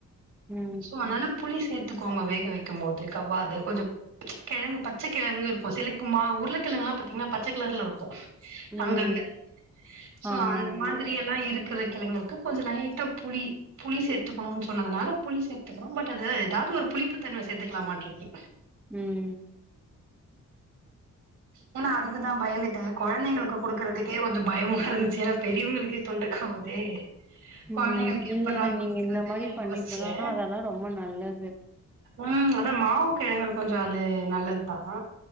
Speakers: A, in the centre; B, on the right.
A: ம்
B: சோ அனால புளி சேத்துக்கோங்க வேக வைக்கும் போது கவ்வாது கொஞ்சோ கெழங்கு பச்சக்கெழங்குருக்கு சிலர்க்கு மா உருளைக்கெழங்கெல்லா பாத்தீங்ன்னா பச்ச கலர்லருக்கு
A: ம்
B: அங்கங்க சோ
A: ஆமா
B: அந்த
A: ஆமா
B: மாதிரியெல்லா இருக் செல கெழங்குக்கு கொஞ்சோ லைட்டா புளி புளி சேத்துக்கணுன்னு சொன்னதனால புளி சேத்துக்கறோ பட் அது ஏதா ஒரு புளிப்பு தன்ம சேத்துக்கலமா கேட்டே
A: ம்
B: நம்ம அதுக்குதா பயந்துட்டே கொழந்தைங்களுக்கு குடுக்கறதுக்கே வந் பயமாருந்துச்சு ஏன்னா பெரியவங்களுக்கே தொண்ட கவ்வுதே
A: ம்
B: கொழந்தைங்களுக்கு
A: இல்ல
B: எப்படிடா
A: இல்ல நீங்க
B: குடுக்கறதுன்னே
A: இந்த மாரி
B: நா
A: பண்ணிக்கணு
B: யோசிச்சே
A: ஆனா அதெல்லா ரொம்ப நல்லது
B: ம் அதா மாவு கெழங்கு கொஞ்சோ அது நல்லதுதா